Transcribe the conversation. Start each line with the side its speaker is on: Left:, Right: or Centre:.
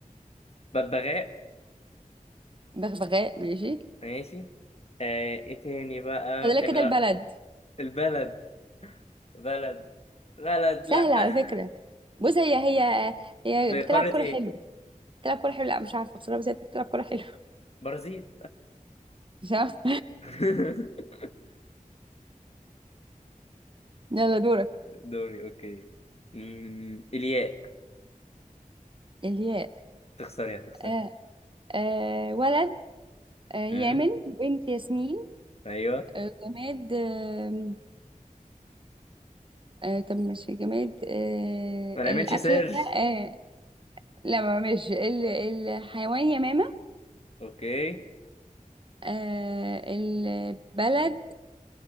Left: ببغاء
Right: بغبغاء ماشي
Left: ماشي آه، ايه تاني بقى
Right: فاضل لك
Left: احنا
Right: كده البلد
Left: البلد بلد بلد
Right: سهلة
Left: لا <laughs>
Right: على فكرة بص هي هي هي
Left: في
Right: بتلعب
Left: قارة
Right: كورة
Left: ايه؟
Right: حلو بتلعب كورة حلو لا مش عارفة بصراحة بس هي بتلعب كورة حلو <laughs>
Left: برازيل
Right: مش عارفة
Left: <laughs>
Right: <laughs> يلا دورك
Left: دوري اوكي أمم، الياء
Right: الياء
Left: تخسري هتخسري
Right: آه آه ولد آه يامن
Left: امم
Right: بنت ياسمين
Left: ايوه
Right: آه جماد آه آه طب مش جماد آه
Left: ما نعملش
Right: الأكلة
Left: سيرش
Right: آه لا ما مش ال- الحيوان يمامة
Left: اوكي
Right: آه البلد